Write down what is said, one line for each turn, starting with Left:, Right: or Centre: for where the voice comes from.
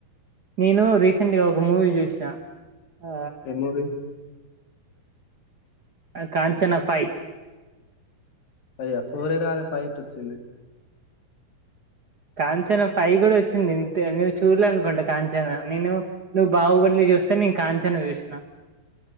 Right: నేను రీసెంట్ గా ఒక మూవీ చూసినా ఆ
Left: ఏం మూవీ
Right: అది కాంచన ఫైవ్
Left: అయ్యా ఫోరె రాల ఫైవ్ ఎట్ల వచ్చింది
Right: కాంచనా పైవ్ కూడ వచ్చింది నువ్వు చూడల అనుకుంటావు కాంచనా నేను నువ్వు బాహుబలిచూస్తే నేను కాంచన చూసిన